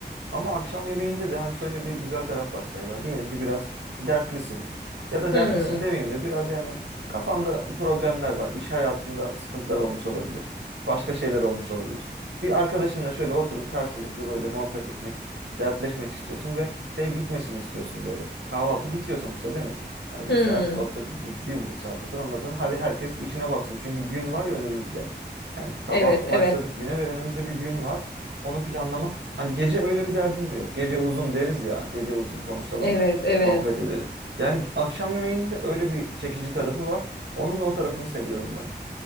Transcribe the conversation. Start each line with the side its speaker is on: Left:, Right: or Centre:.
Right: Ama akşam yemeğinde de hani şöyle bir güzel taraf var Sevda. Diyelim ki biraz dertlisin. Ya da
Left: Hmm.
Right: dertlisin demeyeyim de biraz yani kafanda problemler var. İş hayatında sıkıntılar olmuş olabilir. Başka şeyler olmuş olabilir. Bir arkadaşınla şöyle oturup karşılıklı böyle muhabbet etmek, dertleşmek istiyorsun ve şey bitmesini istiyorsun böyle. Kahvaltı bitiyor sonuçta değil mi? Hani
Left: Hmm.
Right: bir saat otur, bu- bir buçuk saat otur. Ondan sonra hadi herkes işine baksın. Çünkü gün var ya önümüzde. Yani sabah
Left: Evet,
Right: başladık
Left: evet.
Right: güne ve önümüzde bir gün var. Onu planlama. Hani gece öyle bir derdin de yok. Gece uzun deriz ya. Gece uzun konuşalım,
Left: Evet, evet.
Right: muhabbet edelim. Yani akşam yemeğinde öyle bir çekici tarafı var. Onun da o tarafını seviyorum ben.